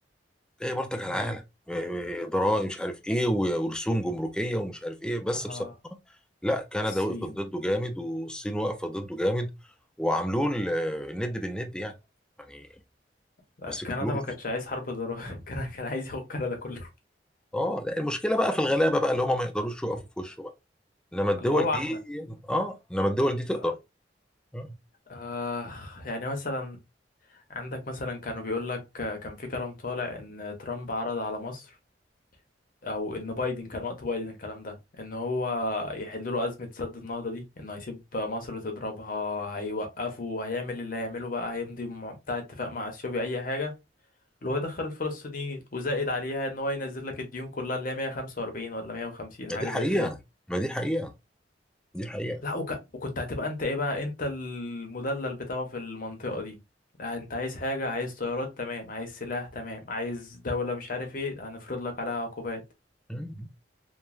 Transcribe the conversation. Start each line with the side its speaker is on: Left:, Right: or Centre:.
Centre: جاي بلطج على
Left: مم.
Centre: العالم ضرائب مش عارف ايه و- ورسوم جمركيه ومش عارف ايه بس
Left: اه
Centre: بصراحه لا كندا
Left: الصين
Centre: وقفت ضده جامد والصين واقفه ضده جامد وعاملوه ال- الند بالند يعني يعني
Left: لا،
Centre: ماسك
Left: كندا
Centre: فلوس
Left: ما كانش عايز حرب ضرورية <laughs> كان كان عايز ياخد كندا كلها
Centre: اه لا المشكله بقى في الغلابه بقى
Left: والله
Centre: اللي هم ما يقدروش يقفوا في وشه بقى انما الدول
Left: اللي هو
Centre: دي
Left: احنا
Centre: اه انما الدول دي تقدر
Left: آه.
Centre: مم.
Left: آه. يعني مثلا عندك مثلا كانوا بيقول لك كان في كلام طالع ان ترامب عرض على مصر او ان بايدن كان وقت بايدن الكلام ده ان هو يحل له ازمه سد النهضه دي انه هيسيب مصر تضربها هيوقفوا هيعمل اللي هيعمله بقى هيمضي مع- بتاع اتفاق مع اثيوبيا اي حاجه اللي هو يدخل الفلسطينيين وزائد عليها ان هو ينزل لك الديون كلها اللي هي 145 ولا 150
Centre: ما
Left: حاجه
Centre: دي حقيقه
Left: زي كده
Centre: ما دي حقيقه دي حقيقه
Left: لا وك... وكنت هتبقى انت ايه بقى انت المدلل بتاعه في المنطقه دي لا، انت عايز حاجه عايز طيارات تمام عايز سلاح تمام عايز دوله مش عارف ايه هنفرض لك عليها عقوبات
Centre: مم.